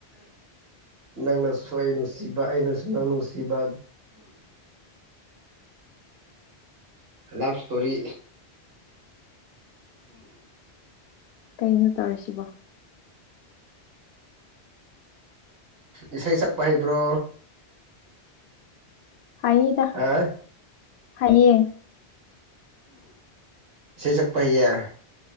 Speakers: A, on the right; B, on the left.
A: ꯅꯪꯅꯁꯨ ꯑꯩ ꯅꯨꯡꯁꯤꯕ ꯑꯩꯅꯁꯨ ꯅꯪ ꯅꯨꯡꯁꯤꯕ꯫ Love story.
B: ꯀꯩꯅꯣ ꯇꯧꯔꯤꯁꯤꯕꯣ꯫
A: ꯏꯁꯩ ꯁꯛꯄ ꯍꯩꯕ꯭ꯔꯣ꯫
B: ꯍꯩꯗ
A: ꯑ
B: ꯍꯩꯌꯦ꯫
A: ꯏꯁꯩ ꯁꯛꯄ ꯍꯩꯌꯦ꯫